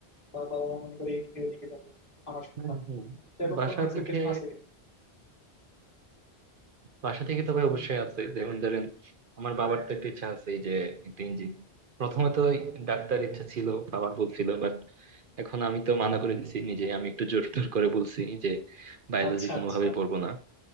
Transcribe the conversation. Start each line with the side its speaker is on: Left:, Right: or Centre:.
Left: বা বাবা মা মনে করে এদিকে ওইদিকে যাবো আমার সন্তান
Right: হুম, হুম।
Left: সেরকম
Right: বাসা
Left: কোনো এক্সপেকটেশন
Right: থেকে
Left: আছে কিনা
Right: বাসা থেকে তো ভাই অবশ্যই আছে যেমন ধরেন আমার বাবার তো একটা ইচ্ছা আছে এই যে একটা ইঞ্জিন প্রথমে তো ডাক্তার ইচ্ছা ছিল বাবার বলছিল বাট এখন আমি তো মানা করে দিছি নিজে আমি একটু জোর টোর করে বলছি যে বায়োলজি
Left: আচ্ছা
Right: কোনোভাবে
Left: আচ্ছা
Right: পড়বো না